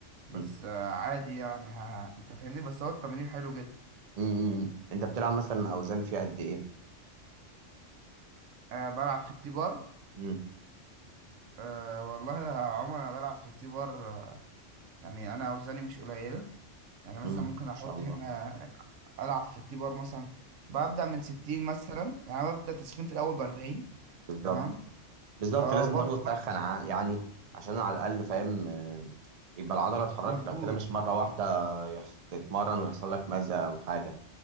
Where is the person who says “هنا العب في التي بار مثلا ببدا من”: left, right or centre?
Right